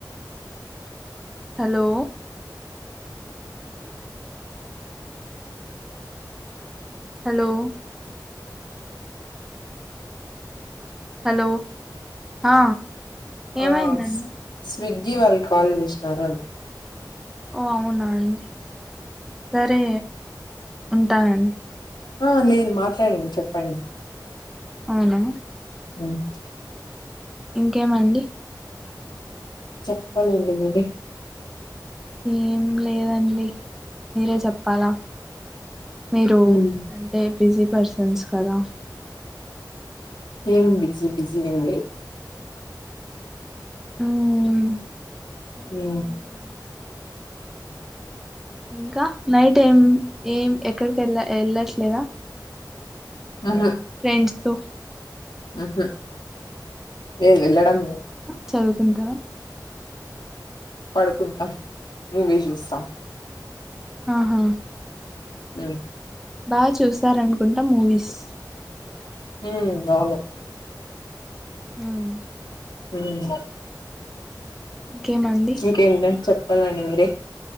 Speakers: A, in the centre; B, on the left.
A: hello hello hello హ ఏమైందండి
B: ఆ స్విగ్గీ వాళ్ళు కాల్ చేసినారు అం
A: ఓ అవునా అండి సరే ఉంటానండి.
B: ఆ లేదు మాట్లాడండి చెప్పండి.
A: అవునా
B: దన్
A: ఇంకేమండి.
B: చెప్పాలండి. మీరే
A: ఏం లేదండి మీరే చెప్పాలా మీరు
B: మ్మ్.
A: అంటే బిజీ పర్సన్స్ కదా
B: ఏం బిజీ బిజి ఏం లేదు.
A: మ్మ్ ఏముందండి
B: హ్మ్
A: ఇంకా నైట్ ఏం ఏం ఎక్కడికి వెళ్ళ వెళ్ళట్లేదా
B: ఆహా
A: ఫ్రెండ్స్ తో
B: ఆహ లే వెళ్ళడం. లేదు.
A: చదువుకుంటా
B: పడుకుంటాం మూవీ చూస్తాం.
A: ఆహా
B: ఆ
A: బాగా చూసారనుకుంటా మూవీస్
B: హ్మ్ అవును
A: హ్మ్
B: హ్మ్
A: ఇంకేమండి
B: ఇంకేంట చెప్ చెప్పలండి మీరే